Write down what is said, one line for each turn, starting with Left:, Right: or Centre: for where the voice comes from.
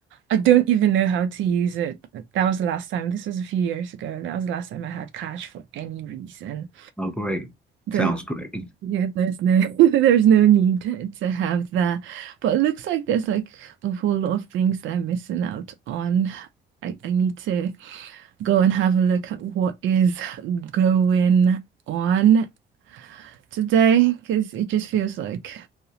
Right: I don't even know how to use it. That was the last time. This was a few years ago. That was the last time I had cash for any reason.
Centre: Oh, great.
Right: The
Centre: Sounds great.
Right: yeah, there's no <laughs> there's no need to have that. But it looks like there's like a whole lot of things that I'm missing out on. I, I need to go and have a look at what is going on today because it just feels like